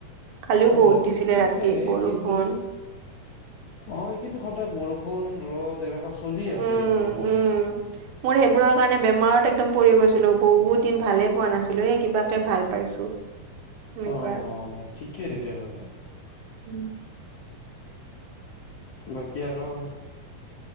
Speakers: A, on the right; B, on the left.
A: কালিও
B: অলপ
A: বহুত দিছিলে
B: কমিছে
A: ৰাতি বৰষুণ
B: কিন্তু অ কিন্তু সদায় বৰষুণ, ৰ'দ, এনেকুৱা চলি আছে
A: উম
B: একদম তাতে
A: উম মোৰ সেইবোৰৰ কাৰণে বেমাৰত একদম পৰি গৈছিলো বহুত দিন ভালে পোৱা নাছিলো এ কিবা- তে ভাল পাইছো। সেনেকুৱা
B: অ
A: আৰু
B: অ ঠিকেই তেতিয়াহলে।
A: উম
B: বাকী আৰু